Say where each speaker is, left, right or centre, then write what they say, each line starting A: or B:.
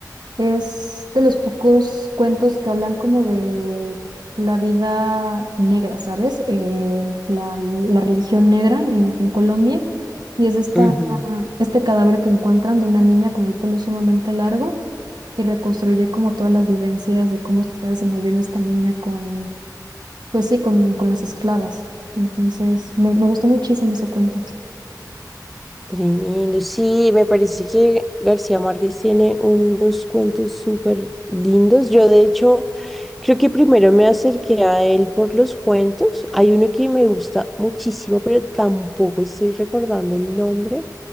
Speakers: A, on the right (about 75°); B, in the centre.
A: es de los pocos cuentos que hablan como de la vida negra, ¿sabes? Eh, la, la religión negra en, en Colombia. Y es esta,
B: ujú.
A: este cadáver que encuentran de una niña con el pelo sumamente largo y reconstruye como todas las vivencias de cómo se está desenvolviendo esta niña con, pues sí, con, con las esclavas. Entonces, me, me gustó muchísimo ese cuento.
B: Tremendo. Sí, me parece que García Márquez tiene unos cuentos súper lindos. Yo, de hecho, creo que primero me acerqué a él por los cuentos. Hay uno que me gusta muchísimo, pero tampoco estoy recordando el nombre.